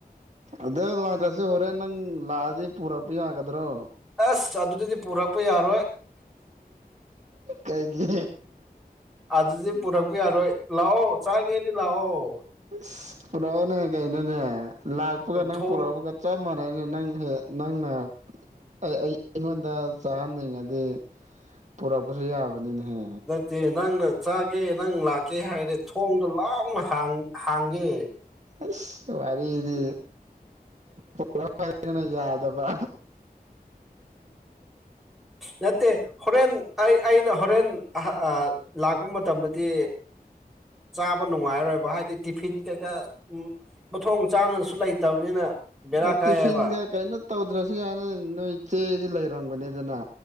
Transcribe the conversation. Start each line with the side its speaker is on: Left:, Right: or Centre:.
Right: ꯑꯗ ꯂꯥꯠꯇꯔꯁꯨ ꯍꯣꯔꯦꯟ ꯅꯪ ꯂꯥꯛꯑꯗꯤ ꯄꯨꯔꯛꯄ ꯌꯥꯒꯗ꯭ꯔꯣ
Centre: ꯑꯁ ꯑꯗꯨꯗꯗꯤ ꯄꯨꯔꯛꯄ ꯌꯥꯔꯣꯏ
Right: ꯀꯩꯒꯤ
Centre: ꯑꯗꯨꯗꯤ ꯄꯨꯔꯛꯄ ꯌꯥꯔꯣꯏ ꯂꯥꯛꯑꯣ ꯆꯥꯒꯦꯗꯤ ꯂꯥꯛꯑꯣ
Right: ꯑꯁ ꯄꯨꯔꯛꯑꯣꯅꯦ ꯀꯩꯅꯣꯅꯦ ꯂꯥꯛꯄꯒ ꯅꯪ
Centre: ꯊꯣꯡ
Right: ꯄꯨꯔꯛꯕꯒ ꯆꯞ ꯃꯥꯅꯩꯅꯦ ꯅꯪ ꯍꯦꯛ ꯅꯪꯅ ꯑꯩ ꯑꯩ ꯑꯩꯉꯣꯟꯗ ꯆꯥꯍꯟꯅꯤꯡꯉꯗꯤ ꯄꯨꯔꯛꯄꯁꯨ ꯌꯥꯕꯅꯤꯅꯦꯍꯦ
Centre: ꯗꯦ ꯅꯪꯅ ꯆꯥꯒꯦ ꯅꯪ ꯂꯥꯛꯀꯦ ꯍꯥꯏꯔꯗꯤ ꯊꯣꯡꯗꯣ ꯂꯥꯎꯅ ꯍꯥꯡ ꯍꯥꯡꯒꯦ
Right: ꯑꯩꯁ ꯋꯥꯔꯤꯗꯤ <unintelligible> ꯌꯦꯅ ꯌꯥꯗꯕ
Centre: ꯅꯠꯇꯦ ꯍꯣꯔꯦꯟ ꯑꯩ ꯑꯩꯅ ꯍꯣꯔꯦꯟ ꯑꯍ ꯑ ꯂꯥꯛꯄ ꯃꯇꯝꯗꯗꯤ ꯆꯥꯕ ꯅꯨꯡꯉꯥꯏꯔꯔꯣꯏꯕ ꯍꯥꯏꯗꯤ ꯇꯤꯐꯤꯟ ꯀꯩꯀꯥ ꯎꯝ ꯃꯊꯣꯡ ꯆꯥꯟꯅꯁꯨ ꯂꯩꯇꯕꯅꯤꯅ ꯕꯦꯔꯥ
Right: ꯅ
Centre: ꯀꯥꯏꯌꯦꯕ
Right: ꯇꯤꯐꯤꯟꯒ ꯀꯩꯅꯣ ꯇꯧꯗ꯭ꯔꯁꯨ ꯌꯥꯅꯤ ꯅꯣꯏ ꯆꯦꯗꯤ ꯂꯩꯔꯝꯒꯅꯤꯗꯅ